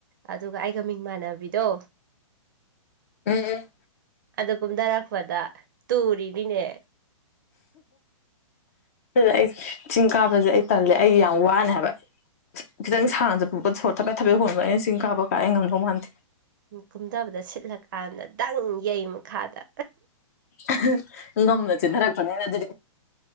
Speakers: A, on the right; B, on the left.
A: ꯑꯗꯨꯒ ꯑꯩꯒ ꯃꯤꯡ ꯃꯥꯟꯅꯕꯤꯗꯣ
B: ꯎꯝ
A: ꯑꯗꯨ ꯀꯨꯝꯗꯔꯛꯄꯗ ꯇꯨꯔꯤꯅꯤꯅꯦ
B: ꯑꯩ ꯆꯤꯡ ꯀꯥꯕꯁꯦ ꯑꯩ ꯇꯜꯂꯦ ꯑꯩ ꯌꯥꯝ ꯋꯥꯅꯦ ꯍꯥꯏꯕ ꯈꯤꯗꯪ ꯁꯥꯡꯅꯥ ꯆꯠꯄꯗꯣ ꯁꯣꯔ ꯊꯕꯦ ꯊꯕꯦ ꯍꯣꯟꯕ ꯑꯩꯅ ꯆꯤꯡꯕ ꯀꯥꯏ ꯑꯩ ꯉꯝꯗꯧ ꯃꯥꯟꯗꯦ
A: ꯀꯨꯝꯊꯕꯗ ꯁꯤꯠꯂꯀꯥꯟꯗ ꯗꯪ ꯌꯩ ꯃꯈꯥꯗ
B: ꯑꯍꯥ ꯉꯝꯃꯥ ꯆꯤꯟꯅꯊꯔꯛꯄꯅꯤꯅ ꯑꯗꯨ